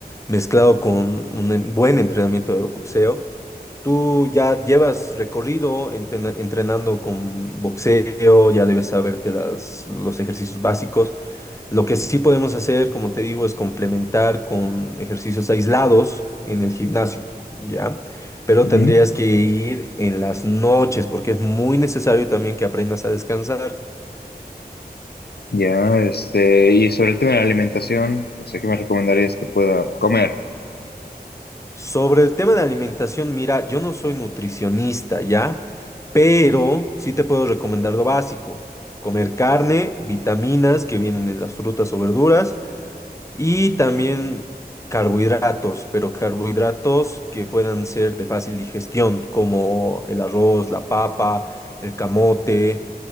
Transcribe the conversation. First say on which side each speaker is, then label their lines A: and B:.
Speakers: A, on the left; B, on the left.
A: mezclado con un en- buen entrenamiento de boxeo. Tú ya llevas recorrido entrena- entrenando con boxeo, ya debes saberte las, los ejercicios básicos. Lo que sí podemos hacer, como te digo, es complementar con ejercicios aislados en el gimnasio, ¿ya? Pero
B: Ujú.
A: tendrías que ir en las noches porque es muy necesario también que aprendas a descansar.
B: Ya, este, y sobre el tema de la alimentación, sé que me recomendarías que pueda comer,
A: Sobre el tema de alimentación, mira, yo no soy nutricionista, ¿ya? Pero sí te puedo recomendar lo básico. Comer carne, vitaminas que vienen en las frutas o verduras Y también carbohidratos, pero carbohidratos que puedan ser de fácil digestión, como el arroz, la papa, el camote